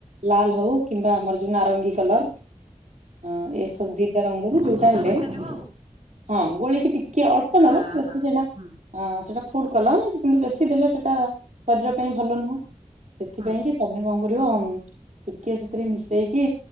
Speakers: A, on the right; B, on the right.
A: ଲାଲ ହଉ କିମ୍ବା ଆମର ଯୋଉ ନାରଙ୍ଗୀ କଲର। ହଁ ଏସବୁ ଦିଟା ରଙ୍ଗରୁ ଯୋଉଟା
B: ସୁନ୍ଦର
A: ହେଲେ
B: ଦେଖାଯିବ ଆଉ
A: ହଁ ଗୋଳେଇକି ଟି କିଏ ଅଳ୍ପ
B: ହଁ
A: ନବ ବସ୍ତୁ
B: ହଁ
A: ସେଟା
B: ହୁଁ
A: ହଁ ସେଟା ଫୁଡ କଲରସେ କିନ୍ତୁ ବେଶୀ ଦେଲେ ସେଟା ଶରୀର ପାଇଁ ଭଲ ନୁହଁ। ସେଥିପାଇଁ
B: ହୁଁ
A: କି ତମେ କଣ କରିବ ଅମ ଟିକେ ସେଥିରେ ମିଶେଇକି